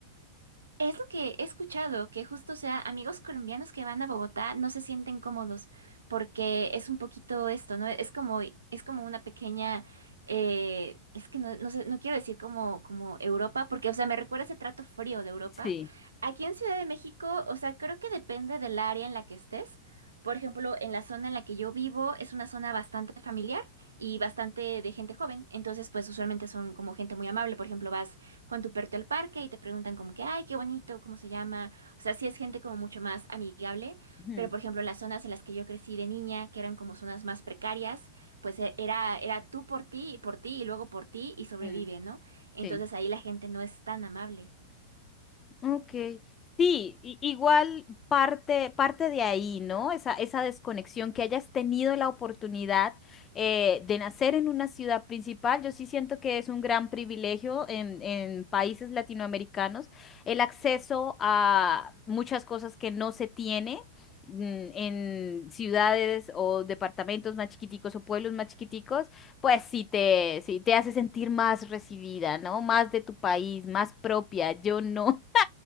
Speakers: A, on the right (about 80°); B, on the left (about 25°).
A: Es lo que he escuchado, que justo, o sea, amigos colombianos que van a Bogotá no se sienten cómodos porque es un poquito esto, ¿no? Es como, es como una pequeña, eh, es que no, no sé, no quiero decir como, como Europa, porque, o sea, me recuerda ese trato frío de Europa.
B: Sí.
A: Aquí en Ciudad de México, o sea, creo que depende del área en la que estés. Por ejemplo, en la zona en la que yo vivo es una zona bastante familiar y bastante de gente joven, entonces, pues usualmente son como gente muy amable. Por ejemplo, vas con tu perrito al parque y te preguntan como que, ay, qué bonito, cómo se llama. O sea, sí es gente como mucho más amigable,
B: Ujú,
A: pero por ejemplo, en las zonas en las que yo crecí de niña, que eran como zonas más precarias, pues e- era, era tú por ti y por ti y luego por ti y sobrevive,
B: mm,
A: ¿no? Entonces
B: Sí.
A: ahí la gente no es tan amable.
B: Ok. Sí, i- igual parte, parte de ahí, ¿no? Esa, esa desconexión, que hayas tenido la oportunidad eh, de nacer en una ciudad principal, yo sí siento que es un gran privilegio en, en países latinoamericanos el acceso a muchas cosas que no se tiene. mm, en ciudades o departamentos más chiquiticos o pueblos más chiquiticos, pues sí te, sí te hace sentir más recibida, ¿no? Más de tu país, más propia. Yo no.